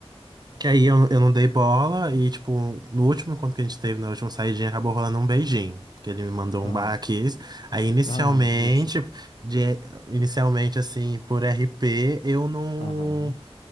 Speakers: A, on the right (about 40°); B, on the left (about 70°).
A: Que aí eu, eu não dei bola e, tipo, no último encontro que a gente teve, na última saidinha, acabou rolando um beijinho. Que ele me mandou
B: Ah,
A: um barraquês. Aí, inicialmente,
B: ah, essa.
A: de, inicialmente, assim, por RP, eu não,
B: Aham.